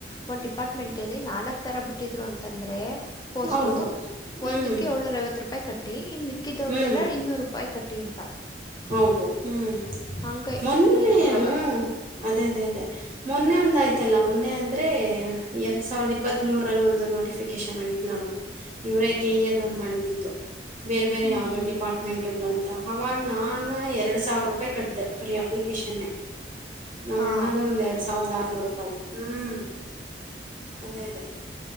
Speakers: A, on the left (about 20°); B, on the right (about 35°).
A: ಒಂದ್ ಡಿಪಾರ್ಟ್ಮೆಂಟಲ್ಲಿ ನಾಲ್ಕ್ ತರ ಬಿಟ್ಟಿದ್ರು ಅಂತಂದ್ರೆ ಪೋಸ್ಟು
B: ಹೌದು ಹ್ಮ್
A: ಒಂದುಕ್ಕೆ ಏಳ್ನೂರ ಐವತ್ತು ರೂಪಾಯಿ ಕಟ್ಟಿ ಇನ್ ಮಿ ಮಿಕ್ಕಿದ್ದವ್ಕೆಲ್ಲ
B: ಹ್ಮ್
A: ಇನ್ನೂರು ರೂಪಾಯಿ ಕಟ್ಟಿ ಅಂತ.
B: ಹೌದು ಹ್ಮ್
A: ಹಂಗೆ
B: ಮೊನ್ನೆ
A: ಇರೋದು ಇವಾಗ
B: ಹ್ಮ ಅದೇ ಅದೇ ಅದೇ ಮೊನ್ನೆ ಒಂದ್ ಆಯ್ತಲ್ಲ ಮೊನ್ನೆ ಅಂದ್ರೆ ಎರಡ್ ಸಾವಿರದ ಇಪ್ಪತ್ ಮೂರಲ್ಲಿ ಒಂದು ನೋಟಿಫಿಕೇಶನ್ ಆಗಿ ನೋಡು ಇವರೇ ಕೆ ಯ್ಯ ದವ್ರು ಮಾಡಿದ್ದಿದ್ದು ಬೇರೆ ಬೇರೆ
A: ಹ್ಮ್
B: ಯಾವ್ದೋ ಡಿಪಾರ್ಟ್ಮೆಂಟ್ ಗಳಂತ ಅವಾಗ್ ನಾನೇ ಎರಡ್ ಸಾವಿರ ರೂಪಾಯಿ ಕಟ್ಟಿದೆ ಬರಿ ಅಪ್ಲಿಕೇಶನ್ನೆ. ನಮ್ಮ
A: ಹಾ
B: ಅಣ್ಣದು ಒಂದ್ ಎರಡ್ ಸಾವಿರದ ಆರ್ನೂರು ರೂಪಾಯಿ ಹ್ಮ್ ಅದೇ ಅದೇ